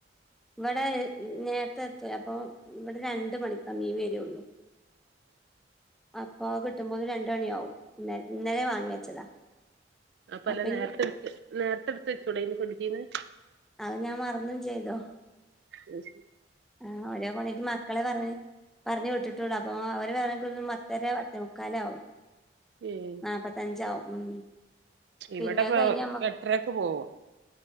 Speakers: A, in the centre; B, on the right.
A: ഇവിടെ നേരത്തെത്തെ അപ്പൊ ഇവിടെ രണ്ട് മണിക്കമ്മീ വരുള്ളൂ അപ്പൊ ആ കിട്ടുമ്പോത് രണ്ട്ണിയവും ഇ ഇന്നലെ വാങ്ങി വെച്ചതാ
B: അപ്പ
A: അപ്പൊ
B: എല്ലാം
A: ഇനി
B: നേരത്തെടുത്ത് നേരത്തെ എടുത്ത്ച്ചുടെ നി ഫ്രിഡ്ജിന്ന്
A: അയ് ഞാൻ മറന്നും ചെയ്തോ
B: അയി ശരി
A: ആഹ്‌ ഒരോ പണിക്ക് മക്കളെ പറഞ് പറഞ് വിട്ടിട്ടുള്ളൂ അപ്പോൊ അവർ വണെങ്ക പത്തര പത്തെമുക്കാലാവും
B: ഏഹ്
A: നാപ്പത്തഞ്ചാവും ഉം
B: ഇവിടെ
A: പിന്നെ അത്
B: പ്പ
A: കഴിഞ്ഞ്
B: എട്ടരക്ക് പോവും